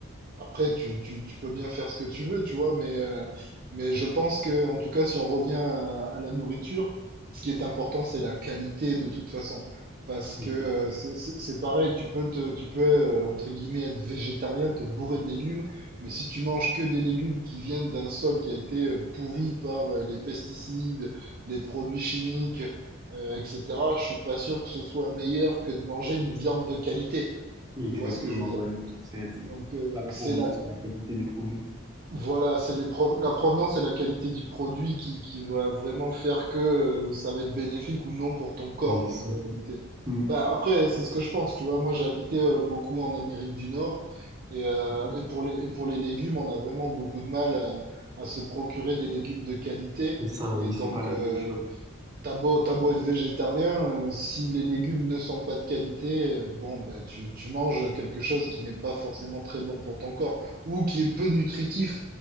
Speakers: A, on the right; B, on the right.
A: après, tu, tu, tu peux bien faire ce que tu veux, tu vois, mais, euh, mais je pense que, en tout cas, si on revient à, à la nourriture, ce qui est important, c'est la qualité de toute façon. Parce que
B: Exact.
A: euh, c'est c'est- c'est pareil, tu peux te, tu peux, euh, entre guillemets, être végétarien, te bourrer de légumes, mais si tu manges que des légumes qui viennent d'un sol qui a été euh, pourri par euh, les pesticides, les produits chimiques, euh, etc., je suis pas sûr que ce soit meilleur que de manger une viande de qualité.
B: Exactement,
A: Tu vois ce que je veux dire?
B: ouais, le tout, c'est c'est
A: Donc, euh,
B: la provenance
A: c'est la
B: et la qualité des produits
A: voilà, c'est les proven- la provenance et la qualité du produit qui, qui va vraiment faire que euh, ça va être bénéfique ou non pour ton corps,
B: qui
A: quoi,
B: sont.
A: en réalité.
B: Mm.
A: Enfin, après, c'est ce que je pense, tu vois. Moi, j'ai habité euh, beaucoup en Amérique du Nord et, euh,
B: Mhm.
A: et pour les, et pour les légumes, on a vraiment beaucoup de mal à, à se procurer des légumes de qualité.
B: C'est ça,
A: Et
B: oui,
A: donc,
B: c'est pas la
A: euh,
B: même chose.
A: T'as beau, t'as beau être végétarien, euh, si les légumes ne sont pas de qualité, euh, bon, bah, tu, tu manges quelque chose qui n'est pas forcément très bon pour ton corps ou qui est peu nutritif.